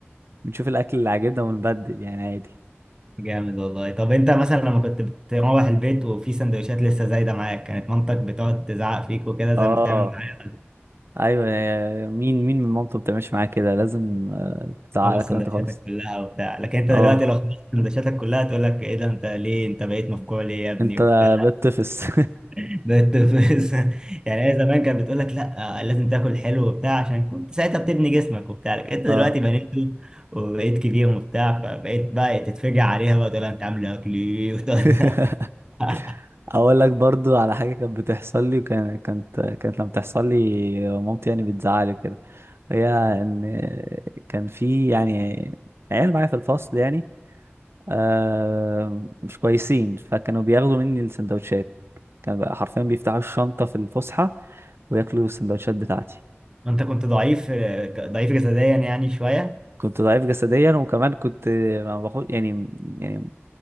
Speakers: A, on the right; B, on the right.
A: بنشوف الأكل اللي عاجبنا ونبدل يعني عادي
B: جامد والله طب انت مثلا لما كنت بتروح البيت وفي سندوتشات لسه زايده معاك كانت مامتك بتقعد تزعق فيك وكده زي
A: اه
B: ما بتعمل معاك
A: أيوة آه، مين مين من مامته بتعملش معاه كده لازم آه، تزعلك
B: خلص سندوتشاتك
A: لو أنت خالص
B: كلها وبتاع لكن انت
A: اه
B: دلوقتي لو خلصت سندوتشاتك كلها تقول لك ايه ده انت ليه انت بقيت مفجوع ليه يا ابني
A: أنت
B: وبتاع
A: بتطفس
B: <laughs> بقيت بس- يعني هي زمان كانت بتقول لك لا لازم تاكل حلو وبتاع عشان كنت ساعتها بتبني جسمك وبتاع لكن انت
A: <laughs> اه
B: دلوقتي بنيت وبقيت كبير وبتاع فبقيت بقى تتفجع عليها بقى تقول لها انت عامل اكل ايه <laughs>
A: <laughs>
B: وتقعد-
A: أقول لك برضو على حاجة كانت بتحصل لي وكانت كانت كانت لما بتحصل لي مامتي يعني بتزعلي وكده هي إن كان في يعني عيال معايا في الفصل يعني آه مش كويسين فكانوا بياخدوا مني السندوتشات كان بقى حرفيا بيفتحوا الشنطة في الفسحة وياكلوا السندوتشات بتاعتي
B: ما انت كنت ضعيف ضعيف جسديا يعني شويه ما
A: كنت ضعيف جسديا وكمان كنت ما باخد يعني يعني